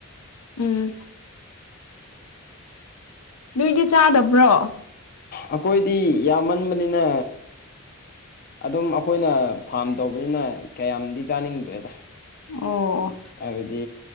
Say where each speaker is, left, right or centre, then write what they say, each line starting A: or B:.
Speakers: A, on the left; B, on the left.
A: ꯎꯝ꯫ ꯅꯣꯏꯗꯤ ꯆꯥꯗꯕ꯭ꯔꯣ꯫
B: ꯑꯩꯈꯣꯏꯗꯤ ꯌꯥꯝꯃꯟꯕꯅꯤꯅ ꯑꯗꯨꯝ ꯑꯩꯈꯣꯏꯅ ꯐꯥꯝ ꯇꯧꯕꯅꯤꯅ ꯀꯌꯥꯝꯗꯤ ꯆꯥꯅꯤꯡꯗ꯭ꯔꯦꯗ꯫
A: ꯑꯣ ꯑꯣ꯫
B: ꯍꯥꯏꯕꯗꯤ